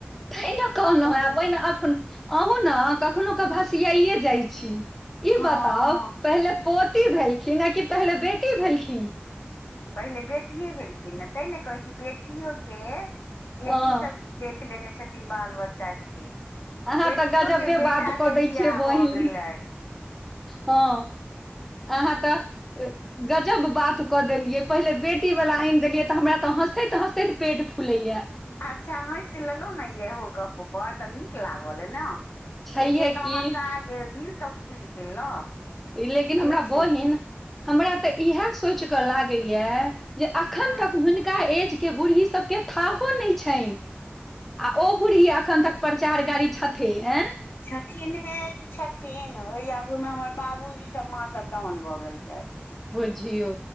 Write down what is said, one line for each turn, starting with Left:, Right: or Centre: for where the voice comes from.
Centre: तहिना कहलहु
Left: तऽ
Centre: हँ
Left: बहुत
Centre: आब पहिना एखन अहँ ने कखनो के भसियाइेए जाइ छी <unintelligible> ई
Left: हँ
Centre: बताउ
Left: हँ
Centre: पहिले पोती भेलखिन आ कि पहिले बेटी भेलखिन
Left: पहिले बेटिए भेलखिन ने ते ने कहै छी बेटियोके बेटीसभ
Centre: हँ
Left: देख लेने छथिन बाल बच्चा के ओ
Centre: अहाँ
Left: बेटियो
Centre: तऽ गजबे
Left: के बेटा
Centre: बात कऽ
Left: के
Centre: दै
Left: बियाह
Centre: छियै बहिन
Left: भऽ गेलनि
Centre: हँ अहाँ तऽ गजब बात कऽ देलियै पहिले बेटी वा ला आनि देलियै तऽ हमरा तऽ हँसैत हँसैत पेट फूलेया
Left: अच्छा हँस लेलहुँ ने यहो गप्प पर तऽ नीक लागल ह ने
Centre: छैहे
Left: एते
Centre: की
Left: तऽ हँसा गेल दिल तऽ खुलि गेल ने
Centre: ई लेकिन हमरा
Left: से छै
Centre: बहिन हमरा तऽ इएह सोइच कऽ लागैया जे अखन
Left: हँ
Centre: तक हुनका एज के बूढ़ी सब के थाहो नहि छनि आ ओ बढ़ी अखन तक प्रचार गाड़ी छथि ए
Left: छथिन हे कि छथिन ओहि आगूमे हमर बाबूजी सब माँसभ डाउन भऽ गेल छथि
Centre: बुझियौ